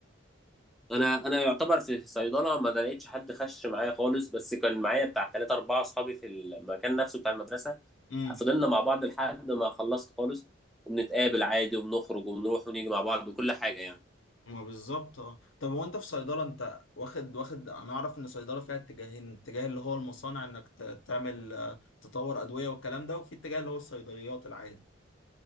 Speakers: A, in the centre; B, on the left.
A: انا انا يعتبر في صيدله ما لقيتش حد خش معايا خالص بس كان معايا بتاع ثلاثة أربعة أصحابي في المكان نفسه بتاع المدرسة
B: امم
A: فضلنا مع بعض لحد ما خلصت خالص وبنتقابل عادي وبنخرج وبنروح ونيجي مع بعض وكل حاجة يعني
B: ما بالظبط اه طب هو انت في صيدلة انت واخد واخد انا اعرف ان صيدلة فيها اتجاهين اتجاه اللي هو المصانع انك ت- تعمل آه، تطور ادوية والكلام ده وفي اتجاه اللي هو الصيدليات العادي